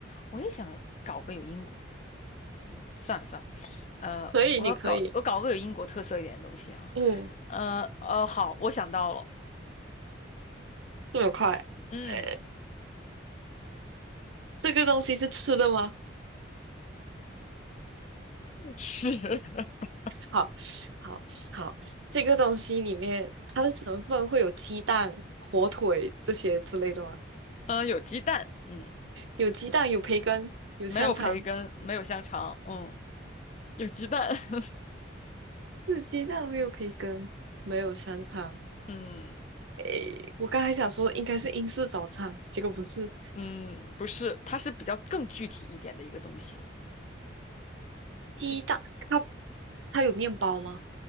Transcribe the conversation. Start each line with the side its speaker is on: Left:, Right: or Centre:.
Left: 我也想搞个有英，嗯算了算了，呃，
Right: 可以，
Left: 我要搞我搞个有英国特色一点的东西啊，
Right: 你可以。嗯，
Left: 呃呃，好，我想到了，
Right: 这么快？
Left: 嗯，
Right: 呃，这个东西是吃的吗？
Left: 是，<laughs>
Right: 好，好，好，这个东西里面它的成分会有鸡蛋、火腿这些之类的吗？
Left: 呃，有鸡蛋，嗯。
Right: 有鸡蛋，有培根，有香肠。
Left: 没有培根，没有香肠，嗯，有鸡蛋，<laughs>
Right: 有鸡蛋，没有培根，没有香肠。
Left: 嗯
Right: 诶，我刚才想说应该是英式早餐，结果不是。
Left: 嗯，不是，它是比较更具体一点的一个东西，
Right: 鸡蛋，
Left: 就
Right: 它它有面包吗？